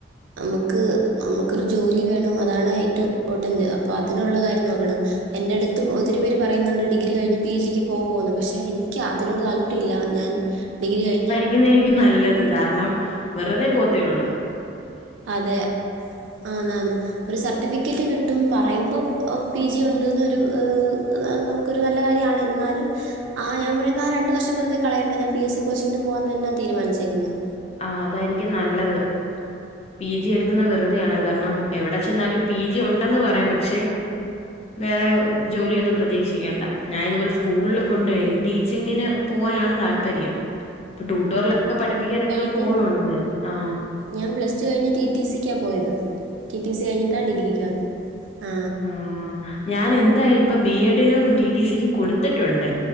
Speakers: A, on the right (about 75°); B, on the left (about 30°).
A: നമുക്ക് നമുക്കൊരു ജോലി വേണം അതാണ് ഏറ്റവും ഇമ്പോർട്ടൻറ് അപ്പോൾ അതിനുള്ള കാര്യം നോക്കണം എന്റെ അടുത്തും ഒത്തിരി പേര് പറയുന്നുണ്ട് ഡിഗ്ര കഴിഞ്ഞ് പി ജിക്ക് പോകുന്നു പക്ഷെ എനിക്ക് അതിനോട് താല്പര്യം ര്യം ഇല്ല ഞാൻ ഡിഗ്രി കഴിഞ്ഞ്
B: രിക്കുന്നത് നല്ലത് കാരണം വെറുതെ പോത്തേ ഉള്ളൂ
A: അതെ ആന്ന് ആന്ന് ഒരു സർട്ടിഫിക്കറ്റ് കിട്ടും പറയുമ്പോ പി ജി ഉണ്ട്ന്നൊരു നമുക് ക്കൊരു നല്ല കാര്യാണ് എന്നാലും ആ ഞാൻ പറയുന്നാ രണ്ട് വർഷം വെറുതെ കളയണ്ട ഞാൻ പി എസ്സി കോച്ചിങ്ങിന് പോവാൻ തന്നാ തീരുമാനിച്ചേക്കുന്നത്
B: ആ അതായിരിക്കും നല്ലത് പി ജി എടുക്കുന്ന വെറുതെയാണ് കാരണം എവിടെ ചെന്നാലും പി ജി ഉണ്ടെന്ന് പറയാം പക്ഷെ വേറെ ജോലിയൊന്നും പ്രതീക്ഷിക്കേണ്ട ഞാൻ ഇതുപോലെ സ്കൂൾല് കൊണ്ടോയ് ടീച്ചിങ്ങിന് പോവാനാണ് താല്പര്യം ഇപ്പൊ ടൂട്ടോർലൊക്കെ പഠിപ്പിക്കാനൊക്കെ
A: എ
B: പോകുന്നുണ്ട് ആ
A: ഞാൻ പ്ലസ്ടു കഴിഞ് ടി ടി സിക്കാ പോയത് ടി ടി സി കഴിഞ്ഞിട്ടാ ഡിഗ്രിക്ക് വന്ന് ആ
B: ആഹ് ഞാൻ ഇന്ന് പ്പൊ ബി എഡിനും ടി ടി സിക്കും കൊടുത്തിട്ടുണ്ട്